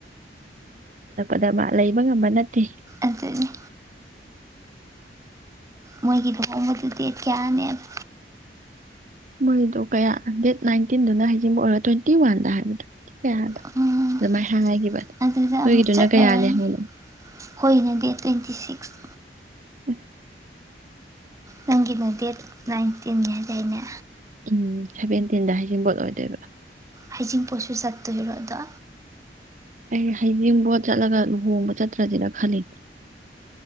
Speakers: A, on the right; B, on the right.
A: ꯗ ꯂꯩꯕ ꯉꯝꯕ ꯅꯠꯇꯦ
B: ꯑꯗꯨꯅꯦꯅꯤ ꯃꯣꯏꯒꯤ ꯂꯨꯍꯣꯡꯕꯗꯨꯗꯤ ꯀꯌꯥꯅꯦꯅ
A: ꯃꯣꯏꯗꯣ ꯀꯌꯥ ꯗꯦꯠ ꯅꯥꯏꯟꯇꯤꯟꯗꯨꯅ ꯍꯖꯤꯡꯕ ꯑꯣꯏꯔꯣ ꯇ꯭ꯋꯦꯟꯇꯤ ꯋꯥꯟꯗ ꯍꯥꯏꯕꯗꯣ ꯀꯌꯥꯗꯣ
B: ꯑꯣ
A: ꯑꯗꯨꯃꯥꯏꯅ ꯍꯥꯏꯈꯤꯕꯅꯦ
B: ꯑꯗꯨꯗ
A: ꯅꯣꯏꯒꯤꯗꯨꯅ
B: ꯑꯃꯨꯛ ꯆꯠꯂꯔꯅꯤ
A: ꯀꯌꯥꯅꯤ ꯍꯥꯏꯅꯣ
B: ꯑꯩꯣꯏꯅ ꯗꯦꯠ ꯇ꯭ꯋꯦꯟꯇꯤ ꯁꯤꯛꯁ
A: ꯎꯝ
B: ꯅꯪꯒꯤꯅ ꯗꯦꯠ ꯅꯥꯏꯟꯇꯤꯟꯅꯤ ꯍꯥꯏ ꯀꯥꯏꯩꯅ
A: ꯎꯝ ꯁꯦꯚꯦꯟꯇꯤꯟꯗ ꯍꯥꯏꯖꯕꯣꯠ ꯑꯣꯏꯗꯣꯏꯕ
B: ꯍꯩꯖꯤꯡꯄꯣꯠꯁꯨ ꯆꯠꯇꯣꯏꯔꯣ ꯑꯗꯣ
A: ꯑꯩ ꯍꯩꯖꯤꯡꯕꯣꯠ ꯆꯠꯂꯒ ꯂꯨꯍꯣꯡꯕ ꯆꯠꯇ꯭ꯔꯁꯦꯅ ꯈꯜꯂꯤ